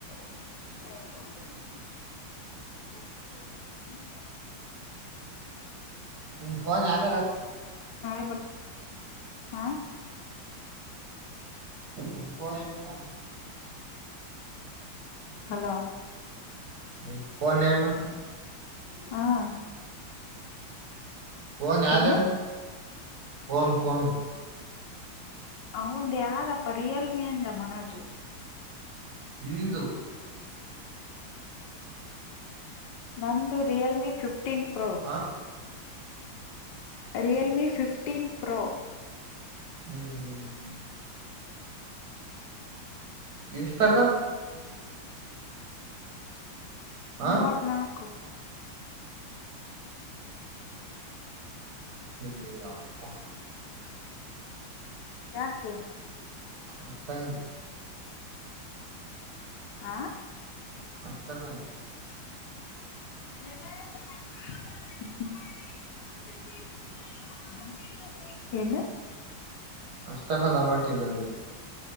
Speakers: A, on the left (about 70°); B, on the right (about 55°).
A: <inaudible> <unintelligible>
B: ನಿಫೋನ್ ಯದೋಡ
A: ತ ಹಾ
B: ನಿಮ್ ಫೋನ್ ನೇಮ್ ಹೇಳ
A: ಹಲೋ
B: ನಿನ್ ಫೋನ್ ನೇಮ್ ಹೇಳು
A: ಹಾ
B: ಫೋನ್ ಯದೆಣ
A: ಏನು
B: ಫೋನ್ ಫೋನ್
A: ಹಂದ ಯ್ದಪ್ಪ ರಿಯಲ್ಮಿ ಅಂದ ಮನೋಜು
B: ನಿಂದು
A: ನಂದು ರಿಯಲ್ಮಿ ಫಿಫ್ಟೀನ್ ಪ್ರೋ
B: ಹಾ
A: ರಿಯಲ್ಮಿ ಫಿಫ್ಟೀನ್ ಪ್ರೊ
B: ಹ್ಮ್
A: ಹೆ
B: ಎಷ್ಟಟಕ
A: ಮೂವತ್ನಾಾಲ್ಕು
B: ಹಾ ಬೆಯ ಅಪ್ಪಾ
A: ಯ ಕ
B: ಹತ ಗ
A: ಆ
B: ಮಸ್ತೈತ್ ಅಂದ್.
A: <unintelligible> ಏನ
B: ಅಷ್ಟಕ ದಮಂಟಿ ನಂದಿ.